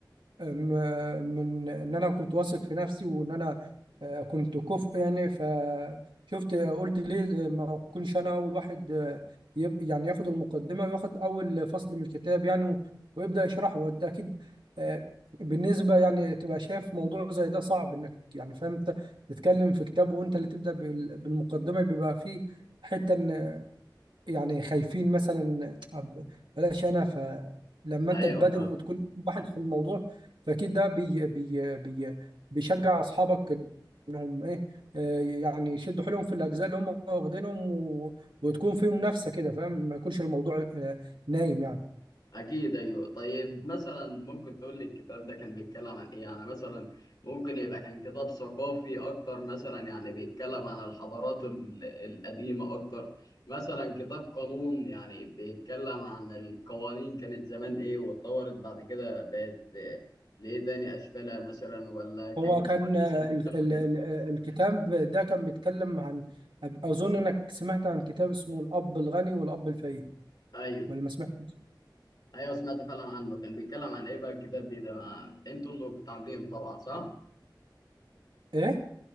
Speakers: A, on the right (about 80°); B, on the left (about 60°).
A: م- من ان انا كنت واثق في نفسي وان انا آه، كنت كفء يعني فشفت قلت ليه آه، ما اكونش انا اول واحد آه، يب- يعني ياخد المقدمه وياخد اول فصل من الكتاب يعني و- ويبدا يشرحه وانت اكيد آه، بالنسبه يعني تبقى شايف موضوع زي ده صعب انك يعني فاهم انت تتكلم في كتاب وانت اللي تبدا بال- بالمقدمه بيبقى فيه حته إن يعني خايفين مثلا أب- بلاش انا فلما
B: ايوه
A: انت تبادر
B: فاهم
A: وتكون واحد في الموضوع فاكيد ده بي بي بي بيشجع اصحابك انهم ايه آه، يعني يشدوا حيلهم في الاجزاء اللي هم واخدينهم و... وتكون في منافسه كده فاهم ما يكونش الموضوع آه، نايم يعني
B: أكيد أيوه طيب مثلا ممكن تقول لي الكتاب ده كان بيتكلم عن إيه؟ يعني مثلا ممكن يبقى كان كتاب ثقافي أكتر مثلا يعني بيتكلم عن الحضارات ال- القديمة أكتر مثلا كتاب قانون يعني بيتكلم عن القوانين كانت زمان إيه واتطورت بعد كده بقت آه، لإيه تاني أشكالها مثلا ولا كان
A: هو
B: كتاب
A: كان آه،
B: مثلا بيتكلم
A: ال... ال...
B: عن إيه؟
A: ال... الكتاب ده كان بيتكلم عن اظن انك سمعت عن كتاب اسمه الاب الغني والاب الفقير
B: أيوه
A: ولا ما سمعتش
B: أيوه سمعت فعلا عنه كان بيتكلم عن إيه بقى الكتاب دي ده ما- أنتوا اللي كنتوا عاملينه طبعا صح؟
A: ايه